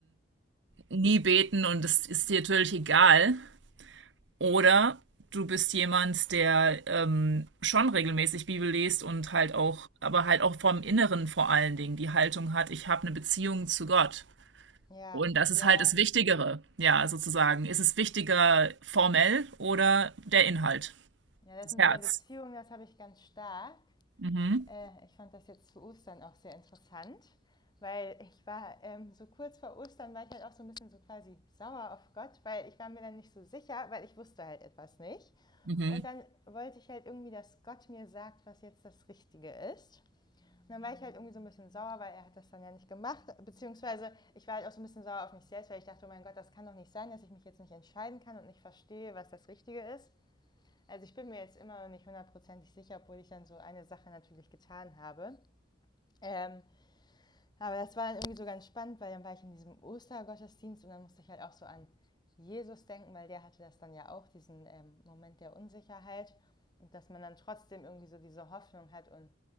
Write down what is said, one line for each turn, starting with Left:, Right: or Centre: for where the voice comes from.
Right: nie beten und das ist dir natürlich egal. Oder du bist jemand, der ähm, schon regelmäßig Bibel liest und halt auch, aber halt auch vom Inneren vor allen Dingen die Haltung hat, ich habe eine Beziehung zu Gott.
Left: Ja,
Right: Und das ist
Left: ja.
Right: halt das Wichtigere, ja, sozusagen. Ist es wichtiger formell oder der Inhalt,
Left: Ja, das
Right: das
Left: mit
Right: Herz?
Left: dieser Beziehung, das habe ich ganz stark.
Right: Mhm,
Left: Äh, ich fand das jetzt zu Ostern auch sehr interessant, weil ich war ähm, so kurz vor Ostern, war ich halt auch so ein bisschen so quasi sauer auf Gott, weil ich war mir dann nicht so sicher, weil ich wusste halt etwas nicht.
Right: mhm,
Left: Und dann wollte ich halt irgendwie, dass Gott mir sagt, was jetzt das Richtige ist. Und dann war ich halt irgendwie so ein bisschen sauer, weil er hat das dann ja nicht gemacht. Beziehungsweise ich war halt auch so ein bisschen sauer auf mich selbst, weil ich dachte, oh mein Gott, das kann doch nicht sein, dass ich mich jetzt nicht entscheiden kann und nicht verstehe, was das Richtige ist. Also ich bin mir jetzt immer noch nicht hundertprozentig sicher, obwohl ich dann so eine Sache natürlich getan habe. Ähm, aber das war dann irgendwie so ganz spannend, weil dann war ich in diesem Ostergottesdienst und dann musste ich halt auch so an Jesus denken, weil der hatte das dann ja auch, diesen ähm, Moment der Unsicherheit. Und dass man dann trotzdem irgendwie so diese Hoffnung hat und